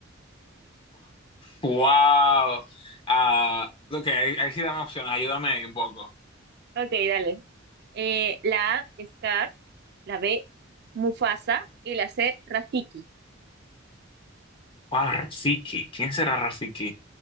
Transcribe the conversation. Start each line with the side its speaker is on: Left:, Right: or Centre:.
Left: Wow. Ah, ok, ahí, ahí sí dame opciones, ayúdame ahí un poco.
Right: Ok, dale. Eh, la A, Scar, la B, Mufasa y la C, Rafiki.
Left: Wow, Rafiki, ¿quién será Rafiki?